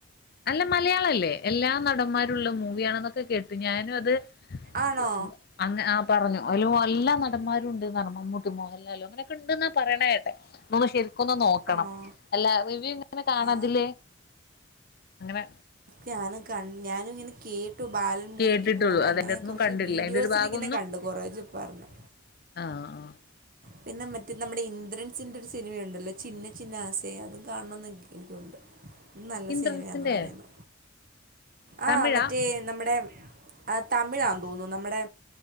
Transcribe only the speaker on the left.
അല്ല മലയാളം അല്ലേ എല്ലാ നടന്മാരുള്ള മൂവിയണെന്നൊക്കെ കേട്ട് ഞാനും അത്. <inaudible>
അങ്ങ് ആഹ് പറഞ്ഞു അയിലൊ എല്ലാ നടന്മാരും ഉണ്ട്ന്നാ റഞ്ഞേ മമ്മൂട്ടി മോഹൻലാലും അങ്ങനെയൊക്കെ ഉണ്ട്ന്നാ പറയണ കേട്ടെ ന്ന് ഒന്ന് ശരിക്കൊന്നു നോക്കണം
അല്ല റിവ്യൂ ഇങ്ങനെ കാണാം
തില്ല് അങ്ങനെ
കേട്ടിട്ടുള്ളൂ
അതിന്റെ
ഒന്നും
കണ്ടിട്ടില്ല
അതിന്റെ ഒരു ഭാഗം
ആഹ് ആഹ്.
ഇന്ദ്രൻസിന്റെ
തമിഴാ